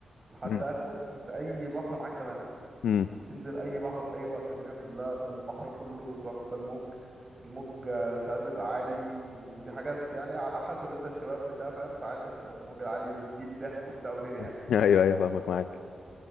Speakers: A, on the right; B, on the left.
A: لحد
B: امم
A: اخره انت اي بحر معاك تمام
B: امم
A: تنزل اي بحر في اي وقت الدنيا كلها البحر كله تحفة الموج الموج آه، ساعات بيبقى عالي ودي حاجة س- يعني على حسب انت الشباب بتاع فاهم ساعات قشطة الموج العالي وبتجيب ضحك وبتاع ودنيا يعني
B: <laughs> ايوه ايوه فاهمك معاك